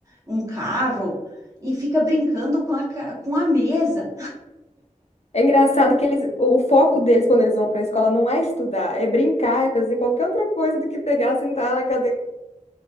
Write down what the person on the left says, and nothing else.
É engraçado que eles, o foco deles quando eles vão para a escola não é estudar, é brincar, é fazer qualquer outra coisa do que pegar, sentar na cadeira.